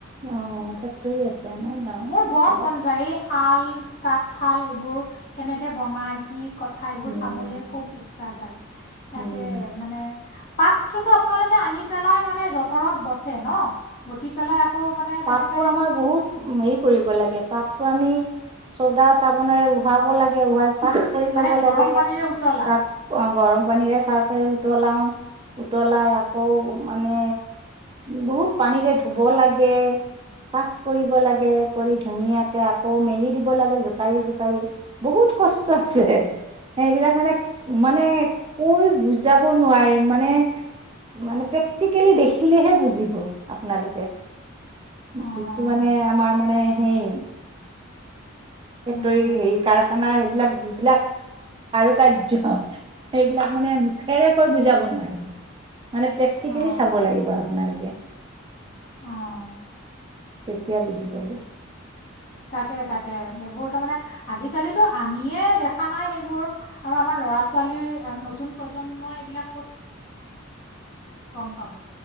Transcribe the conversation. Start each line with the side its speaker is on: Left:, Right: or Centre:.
Right: অ ফেক্টৰী আছে আমাৰ গাঁৱত
Left: মোৰ
Right: ফেক্টৰী
Left: বৰ মন যায়ে - শাল তাঁতশাল এইবোৰ কেনেকৈ বনায় কি কথা এইবোৰ
Right: উম
Left: চাবলৈ খুব ইচ্ছা যায় তাকে
Right: উম
Left: মানে পাতটোযে আপোনালোকে আনি পেলাই মানে জতৰত বটে ন বটি পেলাই আকৌ মানে
Right: পাতটো
Left: তেনেকৈ
Right: আমাৰ বহুত হেৰি কৰিব লাগে পাততটো আমি চৌদা চাবনেৰে উহাব লাগে উহাই চাৰ্ফ কৰি
Left: মানে
Right: ল'ব
Left: গৰম
Right: লাগে
Left: পানীৰে উতলাই
Right: চাৰ্ফ গৰম পানীৰে চাৰ্ফ উতলাও উতলাই আকৌ মানে বহুত পানীৰে ধুব লাগে চাফ কৰিব লাগে কৰি ধুনীয়াকে আকৌ মেলি দিব লাগে জোকাৰি জোকাৰি বহুত বহুত কষ্ট আছে সেইবিলাক মানে মানে কৈ বুজাব নোৱাৰিম মানে মানে প্ৰেক্টিকেলি দেখিলেহে বুজিব আপোনালোকে
Left: অঁ
Right: যিটো মানে আমাৰ মানে সেই ফেক্টৰী
Left: হুম হুম
Right: হেৰি
Left: হুম
Right: কাৰখানা এইবিলাক যিবিলাক কাৰু কাৰ সেইবিলাক মানে মুখেৰে কৈ বুজাব নোৱাৰিম মানে পেক্টিকেলি
Left: অঁ
Right: চাব লাগিব আপোনালোকে
Left: অঁ
Right: তেতিয়া বুজি পাব
Left: তাকে তাকে এইবোৰ তাৰমানে আজিকালিতো আমিয়ে দেখা নাই সেইবোৰ আৰু আমাৰ ল'ৰা ছোৱালীৰ নতুন প্ৰজন্মই এইবিলাক ক'ত কম পাব